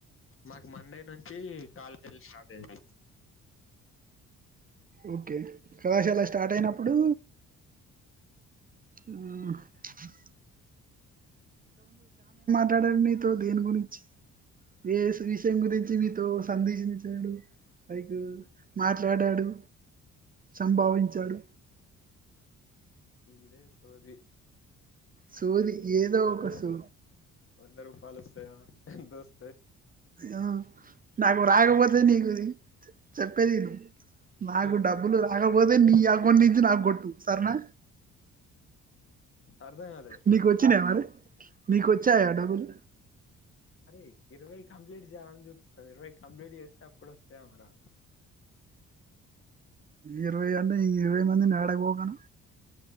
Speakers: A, on the left (about 45°); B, on the right (about 30°).
A: మాకు మండే నుంచి కాలేజ్ స్టార్ట్ అయితయి
B: ఓకే కళాశాల స్టార్ట్ అయినప్పుడు ఆ మాట్లాడను నీతో దేని గురించి ఏ విషయం గురించి మీతో సందేశించాడు లైక్ మాట్లాడాడు
A: ఆ,
B: సంభావించాడు
A: ఇదే సోది
B: సోది
A: ఈ
B: ఏదో
A: తర్వాత
B: ఒక సో
A: వంద రూపాలు వస్తాయా ఎంత వస్త
B: ఆ నాకు రాకపోతే నీకుది చెప్పేది విను నాకు
A: ఆ,
B: డబ్బులు రాక పోతే నీ అకౌంట్ నుంచి నాకు గొట్టు సరేనా
A: అర్థం కాలే
B: నీకు వచ్చినయ మరి నీకు వచ్చాయా డబ్బులు.
A: అరేయ్ ఇరవై కంప్లీట్ చేయాలని చూపిస్తాంది ఇరవై కంప్లీట్ చేస్తే అప్పుడు వస్తాయి ఏమో రా
B: ఇరవై అంటే ఇరవై మందిని యాడ గోకను